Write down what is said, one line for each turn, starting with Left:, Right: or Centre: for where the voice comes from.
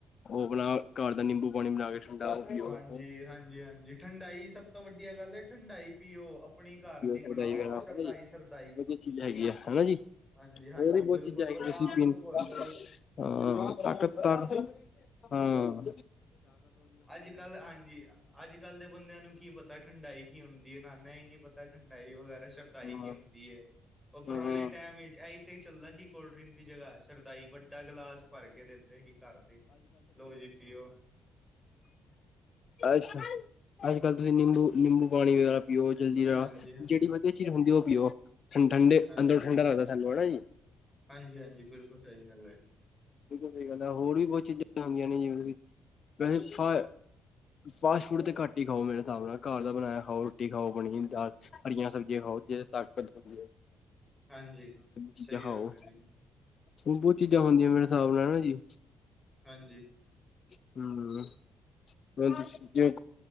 Left: ਉਹ ਆਪਣਾ ਘਰ ਦਾ ਨਿੰਬੂ ਪਾਣੀ ਬਣਾ ਕੇ ਠੰਡਾ ਉਹ ਪੀਓ
Centre: ਹਾਂਜੀ, ਹਾਂਜੀ-ਹਾਂਜੀ। ਠੰਡਾਈ ਸਭ ਤੋਂ ਵੱਧੀਆ ਗੱਲ ਹੈ। ਠੰਡਾਈ ਪੀਓ, ਆਪਣੀ ਘਰ ਦੀ। ਬਣਾਓ
Left: ਠੰਡਾਈ ਵਗੈਰਾ
Centre: ਸ਼ਰਦਾਈ-ਸ਼ਰਦਾਈ
Left: ਹੈਨਾ ਜੀ, ਵਧੀਆ ਚੀਜ਼ ਹੈਗੀ ਆ ਹੈਨਾ ਜੀ।
Centre: ਹਾਂਜੀ-ਹਾਂਜੀ-ਹਾਂਜੀ
Left: ਹੋਰ ਵੀ ਬਹੁਤ
Centre: ਬਿਲਕੁਲ
Left: ਚੀਜ਼ਾਂ ਹੈਗੀਆਂ
Centre: ਬਦਾਮ
Left: ਨੇ ਪੀਣ ਨੂੰ,
Centre: ਘੋਲੋ
Left: ਹਾਂ ਤਾਕਤ ਤਾਂ ਹਮ।
Centre: ਅੱਜ-ਕੱਲ, ਹਾਂਜੀ। ਅੱਜ-ਕੱਲ ਦੇ ਬੰਦਿਆਂ ਨੂੰ ਕੀ ਪਤਾ ਠੰਡਾਈ ਕੀ ਹੁੰਦੀ ਹੈ। ਨਾਨਾ ਹੀ ਨਹੀ ਪਤਾ ਠੰਡਾਈ ਵਗੈਰਾ। ਸਰਦਾਈ
Left: ਹਾਂ
Centre: ਕੀ ਹੁੰਦੀ ਏ, ਉਹ ਪੁਰਾਣੇ
Left: ਹਾਂ
Centre: ਟਾਈਮ ਵਿੱਚ ਇਹੀ ਤੇ ਚੱਲਦਾ ਸੀ ਕੋਲਡ ਡਰਿੰਕ ਦੀ ਜਗ੍ਹਾ, ਸ਼ਰਦਾਈ ਵੱਡਾ ਗਲਾਸ ਭਰ ਕੇ ਦਿੰਦੇ ਦੇ ਹੀ ਕਰਦੇ। ਲੋਓ ਜੀ, ਪੀਓ
Left: ਅੱਜ-ਕੱਲ, ਅੱਜ-ਕੱਲ ਤੁਸੀਂ ਨਿੰਬੂ ਨਿੰਬੂ ਪਾਣੀ ਵਗੈਰਾ ਪੀਓ ਜਲਦੀ ਨਾਲ,
Centre: ਹਾਂਜੀ-ਹਾਂਜੀ
Left: ਜਿਹੜੀ ਵਧੀਆ ਚੀਜ਼ ਹੁੰਦੀ, ਉਹ ਪੀਓ ਠੰ ਠੰਡੇ
Centre: ਹਾਂਜੀ,
Left: ਅੰਦਰੋਂ ਠੰਡਾ ਲੱਗਦਾ ਸਾਨੂੰ ਹੈਨਾ ਜੀ।
Centre: ਹਾਂਜੀ-ਹਾਂਜੀ ਬਿਲਕੁਲ ਸਹੀ ਗੱਲ ਹੈ ਜੀ,
Left: ਸਹੀ ਗੱਲ ਹੋਰ ਵੀ ਬਹੁਤ ਚੀਜ਼ਾਂ ਹੁੰਦੀਆਂ ਨੇ ਜਿਵੇਂ ਕਿ, ਵੈਸੇ ਫਾ ਫਾਸਟ ਫੂਡ ਤੇ ਘੱਟ ਹੀ ਖਾਓ, ਮੇਰੇ ਹਿਸਾਬ ਨਾਲ ਘਰ ਦਾ ਬਣਾਇਆ ਖਾਓ। ਰੋਟੀ ਖਾਓ, ਪਨੀਰ, ਦਾਲ, ਹਰੀਆਂ ਸਬਜ਼ੀਆਂ ਖਾਓ ਜਿਹਦੇ ਚ ਤਾਕਤ ਤਾਕਤ
Centre: ਹਾਂਜੀ।
Left: ਚੀਜ਼ਾਂ
Centre: ਸਹੀ
Left: ਖਾਓ,
Centre: ਗੱਲ ਹੈ ਜੀ,
Left: ਬਹੁਤ ਚੀਜ਼ਾਂ ਹੁੰਦੀਆਂ ਮੇਰੇ ਹਿਸਾਬ ਲਾਇਆ ਜੀ।
Centre: ਹਾਂਜੀ।
Left: ਹੂੰ। ਕੋਲਡ ਡਰਿੰਕ, ਤੁਸੀਂ ਕਹਿ ਰਹੇ